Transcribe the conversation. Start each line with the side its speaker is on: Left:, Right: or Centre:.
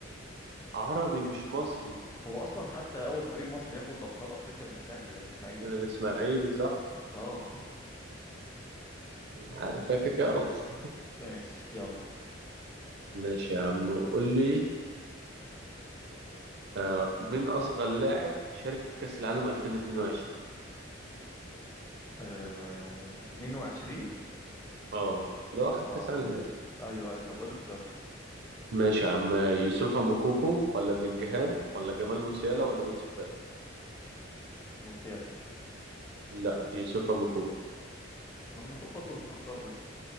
Right: عربي مش مصري
Left: هو اصلا حتى اول فريق مصري ياخد ابطال افريقيا مش الاهلي ده الاسماعيلي
Right: أنا الإسماعيلي صح؟
Left: اه
Right: عارف كده كده غلط
Left: <laughs> ماشي يلا
Right: ماشي يا عم قول لي آه مين أصغر لاعب شارك في كأس العالم 2022
Left: آه... 22
Right: اه لو أخذ
Left: اه
Right: كأس عالم يعني
Left: ايوه ايوه طب قول لي اختيارات
Right: ماشي يا عم يوسف موكوكو ولا بلينجهام ولا جمال موسيالا ولا أنسو فاتي
Left: موسيالا
Right: لا يوسف موكوكو
Left: ما المفروض برضه كنت اختار ده